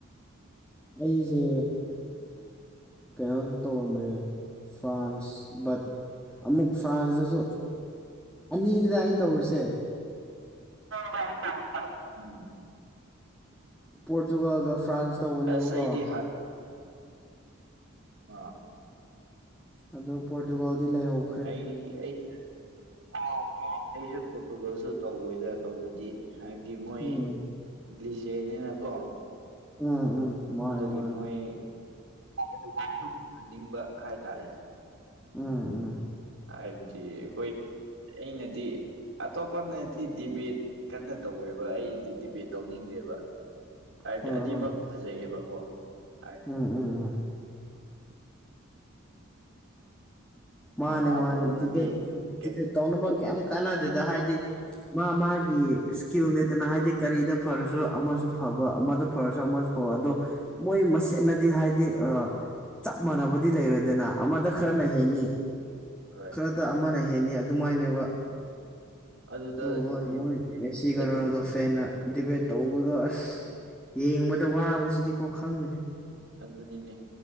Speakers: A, in the centre; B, on the right.
A: ꯑꯩꯁꯦ ꯀꯩꯅꯣꯗ ꯇꯧꯔꯝꯕꯅꯦ ꯐ꯭ꯔꯥꯟꯁ ꯕꯠ ꯑꯃꯨꯛ ꯐ꯭ꯔꯥꯟꯁꯇꯁꯨ ꯑꯅꯤꯅꯤꯗ ꯑꯩꯅ ꯇꯧꯔꯤꯁꯦ
B: ꯀ ꯇꯁ ꯎꯝ
A: ꯄꯣꯔꯇꯨꯒꯜꯒ ꯐ꯭ꯔꯥꯟꯁ ꯇꯧꯕꯅꯦꯕꯀꯣ
B: ꯑꯁ ꯑꯩꯗꯤ ꯎꯝ
A: ꯑꯗꯣ ꯄꯣꯔꯇꯨꯒꯜꯗꯤ ꯂꯩꯍꯧ
B: ꯑꯩ ꯑꯩꯁꯨ ꯄꯣꯔꯇꯨꯒꯜꯁꯨ ꯇꯧꯋꯦꯗ ꯇꯧꯕꯗꯤ ꯍꯥꯏꯕꯗꯤ ꯃꯣꯏ
A: ꯎꯝ
B: ꯂꯤꯖꯩꯅꯤꯅꯀꯣ
A: ꯎꯝ ꯎꯝ ꯃꯥꯅꯦ
B: ꯑꯗꯨꯒꯤ
A: ꯃꯥꯅꯦ
B: ꯃꯣꯏꯍꯟꯅꯤꯡꯕ ꯍꯥꯏꯇꯥꯔꯦ
A: ꯎꯝ ꯎꯝ
B: ꯍꯥꯏꯕꯗꯤ ꯑꯩꯈꯣꯏ ꯑꯩꯅꯗꯤ ꯑꯇꯣꯞꯄꯅꯗꯤ ꯗꯤꯕꯦꯠ ꯀꯟꯅ ꯇꯧꯋꯦꯕ ꯑꯩ ꯗꯤꯕꯦꯠ ꯇꯧꯅꯤꯡꯗꯦꯕ ꯍꯥꯏꯕꯗꯤ
A: ꯍꯣꯏ
B: ꯑꯅꯤꯃꯛ
A: ꯍꯣꯏ
B: ꯐꯖꯩꯑꯕꯀꯣ ꯍꯥꯏ
A: ꯎꯝ ꯎꯝ ꯎꯝ ꯃꯥꯅꯦ
B: ꯔꯣꯅꯥꯜꯗꯣꯅꯗꯤ
A: ꯃꯥꯅꯦ ꯗꯤꯕꯦꯠ
B: ꯀꯩ
A: ꯗꯤꯚꯦꯠ ꯇꯧꯅꯕ ꯀꯩ ꯀꯥꯟꯅꯗꯦꯗ ꯍꯥꯏꯗꯤ ꯃꯥ ꯃꯥꯒꯤ ꯏꯁꯀꯤꯜꯅꯦꯗꯅ ꯍꯥꯏꯗꯤ ꯀꯔꯤꯗ ꯐꯔꯁꯨ ꯑꯃꯁꯨ ꯐꯕ ꯑꯃꯗ ꯐꯔꯁꯨ ꯑꯃꯁꯨ ꯑꯣ ꯑꯗꯣ ꯃꯣꯏꯁ ꯍꯦꯠꯟꯅꯗꯤ ꯍꯥꯏꯗꯤ ꯑ ꯆꯞ ꯃꯥꯟꯅꯕꯗꯤ ꯂꯩꯔꯣꯏꯗꯅ ꯑꯃꯗ ꯈꯔꯅ ꯍꯦꯟꯅꯤ
B: ꯍꯣꯏ
A: ꯈꯔꯗ ꯑꯃꯅ ꯍꯦꯟꯅꯤ ꯑꯗꯨꯃꯥꯏꯅꯦꯕ
B: ꯑꯗꯨꯗ
A: ꯑꯗꯨ ꯍꯣꯏ
B: ꯗꯤꯕꯦꯠ
A: ꯃꯣꯏ
B: ꯇꯧꯅꯤꯡꯉꯥꯏ ꯀꯩꯁꯨ
A: ꯦꯁꯤ ꯀꯔꯣꯅꯗꯣ
B: ꯂꯩꯇꯦ
A: ꯐꯦꯟꯅ ꯗꯤꯕꯦꯠ ꯇꯧꯕꯗꯣ ꯑꯁ ꯌꯦꯡꯕꯗ ꯑ ꯗ ꯋꯥꯕꯁꯤꯗꯤꯀꯣ ꯈꯪꯗ꯭ꯔꯦ
B: ꯑꯗꯨꯅꯤꯅꯦ